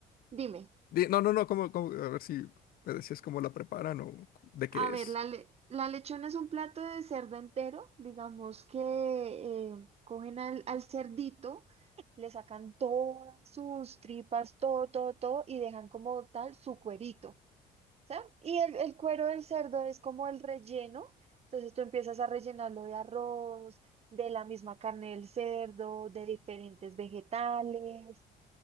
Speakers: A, on the right; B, on the left.
A: dime,
B: di- No, no, no, como, como, a ver si me decías cómo la preparan o de qué
A: a ver,
B: es.
A: la, le- la lechona es un plato de cerdo entero, digamos que eh, cogen al, al cerdito, le sacan todas sus tripas, todo, todo, todo, y dejan como tal su cuerito. ¿ya? Y el, el cuero del cerdo es como el relleno, entonces tú empiezas a rellenarlo de arroz, de la misma carne del cerdo, de diferentes vegetales,